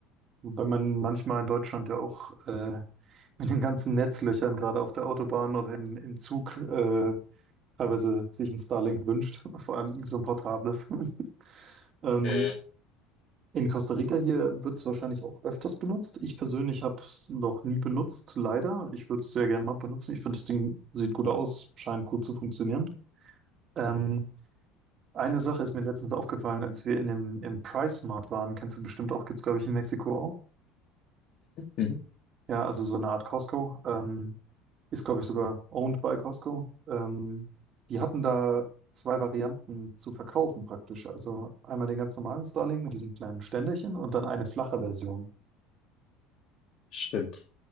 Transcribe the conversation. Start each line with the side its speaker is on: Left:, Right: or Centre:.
Right: Wobei man manchmal in Deutschland ja auch äh, mit den ganzen Netzlöchern gerade auf der Autobahn oder im, im Zug äh, teilweise sich ein Starlink wünscht, <laughs> vor allem so ein portables. <laughs> Ähm,
Left: Mhm.
Right: in Costa Rica hier wird es wahrscheinlich auch öfters benutzt. Ich persönlich habe es noch nie benutzt, leider. Ich würde es sehr gerne mal benutzen. Ich finde, das Ding sieht gut aus, scheint gut zu funktionieren. Ähm, eine Sache ist mir letztens aufgefallen, als wir in dem, im Price Mart waren, kennst du bestimmt auch, gibt es, glaube ich, in Mexiko auch.
Left: Mhm.
Right: Ja, also so eine Art Costco. Ähm, Ist, glaube ich, sogar owned by Costco. Ähm, die hatten da zwei Varianten zu verkaufen praktisch. Also einmal den ganz normalen Starlink mit diesem kleinen Ständerchen und dann eine flache Version.
Left: Stimmt,